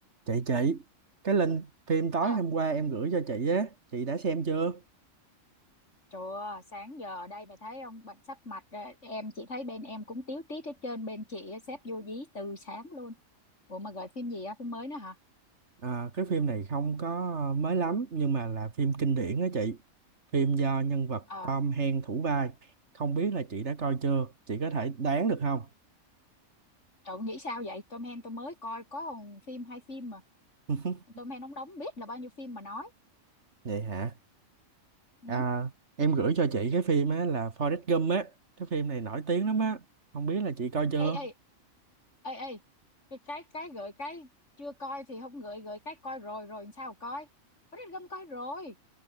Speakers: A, on the right; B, on the left.
A: chị chị cái link phim tối
B: À,
A: hôm qua em gửi cho chị á chị đã xem chưa
B: trời ơi, sáng giờ đây mày thấy không, bệnh sắp mạch rồi. Em chỉ thấy bên em cũng tíu tít hết trơn, bên chị á, sếp vô dí từ sáng luôn. Ủa mà gửi phim gì á, phim mới nữa hả?
A: à, cái phim này không có ờ, mới lắm nhưng mà là phim kinh điển á chị phim do nhân vật
B: Ờ,
A: Tom Hanks thủ vai không biết là chị đã coi chưa chị có thể đoán được không
B: trời nghĩ sao vậy, Tom Hanks tôi mới coi có còn phim hay phim mà.
A: <laughs>
B: Tom Hanks ông đóng biết là bao nhiêu phim mà nói.
A: vậy hả
B: Ừ.
A: à, em gửi cho chị cái phim á là Forrest Gump á cái phim này nổi tiếng lắm á không biết là chị coi chưa
B: Ê, ê, ê, ê, cái cái cái gửi cái chưa coi thì không gửi, gửi cái coi rồi rồi làm sao coi. Forrest Gump coi rồi.